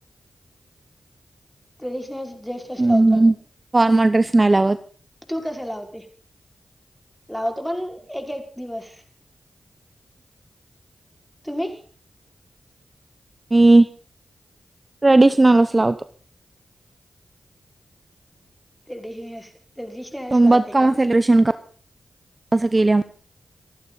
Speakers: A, in the centre; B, on the right (about 30°).
A: ट्रेडिशनल ड्रेसेस
B: हम्म
A: लावतो
B: हम्म.
A: आम्ही.
B: फॉर्मल ड्रेस नाही लावत?
A: तू कसं लावते? लावतो पण एक एक दिवस. तुम्ही?
B: मी ट्रेडिशनलच लावतो.
A: <inaudible>
B: तुम कम
A: का
B: सेलिब्रेशन <inaudible> कसं केल्या.